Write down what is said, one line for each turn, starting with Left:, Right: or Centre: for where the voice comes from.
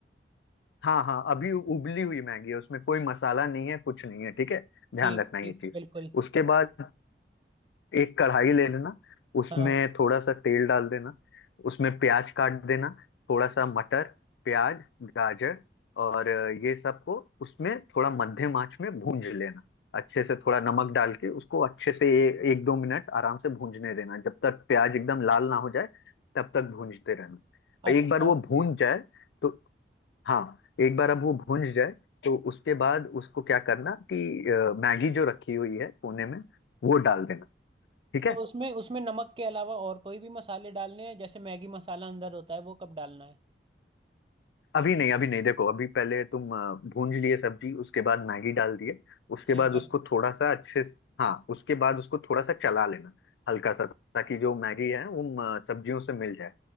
Left: हाँ हाँ अभी उबली हुई मैगी है उसमें कोई मसाला नहीं है कुछ नहीं है ठीक है ध्यान
Right: ठीक
Left: रखना
Right: ठीक
Left: ये चीज
Right: है बिल्कुल
Left: उसके बाद एक कढ़ाई ले लेना उसमें
Right: हाँ
Left: थोड़ा सा तेल डाल देना उसमें प्याज काट देना थोड़ा सा मटर प्याज गाजर और अ, ये सबको उसमें थोड़ा मध्यम आंच में भूंज लेना अच्छे से थोड़ा नमक डाल के उसको अच्छे से ए, एक दो मिनट आराम से भूंजने देना जब तक प्याज एकदम लाल ना हो जाए तब तक भूंजते रहना
Right: अच्छा
Left: एक बार वो भूंज जाए तो हाँ एक बार अब वो भूंज जाए तो उसके बाद उसको क्या करना कि अ, मैगी जो रखी हुई है कोने में वो डाल देना ठीक
Right: तो
Left: है
Right: उसमें उसमें नमक के अलावा और कोई भी मसाले डालने हैं जैसे मैगी मसाला अंदर होता है वो कब डालना है
Left: अभी नहीं अभी नहीं देखो अभी पहले तुम अ, भूंज लिए सब्जी उसके बाद मैगी डाल दिए उसके
Right: ठीक
Left: बाद
Right: है
Left: उसको थोड़ा सा अच्छे से- हाँ उसके बाद उसको थोड़ा सा चला लेना हल्का सा ताकि जो मैगी है वो अ, सब्जियों से मिल जाए